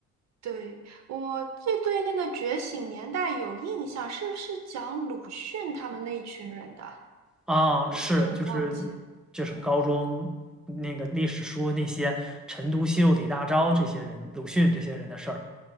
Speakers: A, on the right; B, in the centre.
A: 对，我这对那个《觉醒年代》有印象，是不是讲鲁迅他们那一群人的啊？
B: 啊，
A: 有点忘记了。
B: 是就是就是高中那个历史书那些陈独秀、
A: 嗯
B: 李大钊这些人，鲁迅这些人的事儿。